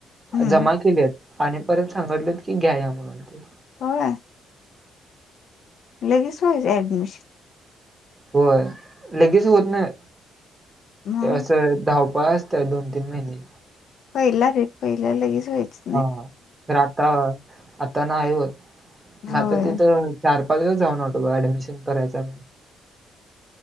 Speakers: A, on the left (about 65°); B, on the right (about 20°).
A: हम्म
B: जमा केली आहेत. आणि परत सांगितलेत की घ्या या म्हणून तेळ
A: होय लगेच व्हायचं ऍडमिशन
B: होय लगेच होत नाही.
A: मग
B: असं धावपळ असत्या दोन तीन महिने
A: पहिला रे पहिल्या लगेच व्हायचं.
B: हां तर आता आता ना आहे होत
A: होय
B: नाता तिथं. चार पाच दिवस जाऊन आलो ग ॲडमिशन करायचं.